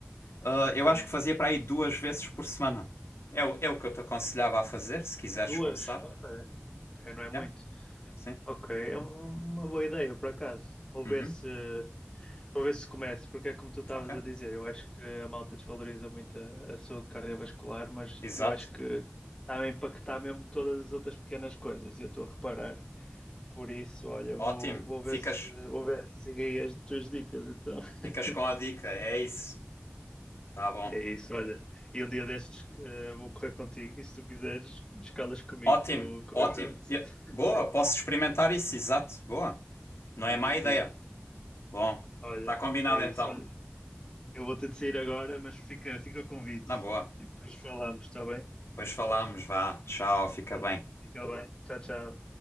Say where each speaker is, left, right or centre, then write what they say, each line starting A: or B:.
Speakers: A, on the left; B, on the left.
A: Ah,
B: Ok.
A: eu acho que fazia para aí duas vezes por semana. É, o- é o que eu te aconselhava a fazer, se quiseres
B: Duas?
A: começar.
B: Ok. Ok, não é muito.
A: Yeah, sim.
B: Ok, é uma uma boa ideia, por acaso. Ou
A: Uhum,
B: ver se. Para ver se começa, porque é como tu estavas
A: ok.
B: a dizer, eu acho que a malta desvaloriza muito a, a saúde cardiovascular, mas
A: Exato.
B: eu acho que está a impactar mesmo todas as outras pequenas coisas, e eu estou a reparar. Por isso, olha,
A: Ótimo.
B: vou, vou
A: Ficas,
B: ver se vou ver se sigo aí as tuas dicas, então. <laughs>
A: ficas com a dica. É isso. Tá bom.
B: É isso, olha. E um dia destes eh, vou correr contigo e se tu quiseres, escalas comigo
A: Ótimo,
B: que eu, que
A: ótimo.
B: eu ajudo.
A: E-
B: <laughs>
A: Boa, posso experimentar isso. Exato. Boa. Não
B: Siga,
A: é má
B: siga.
A: ideia. Bom,
B: Olha,
A: tá combinado
B: é
A: então.
B: isso, olha. Eu vou ter de sair agora, mas fica, fica o convite.
A: Na boa.
B: E depois falamos, está bem?
A: Depois falamos. Vá. Tchau. Fica
B: Pronto,
A: bem.
B: fica bem. Tchau, tchau.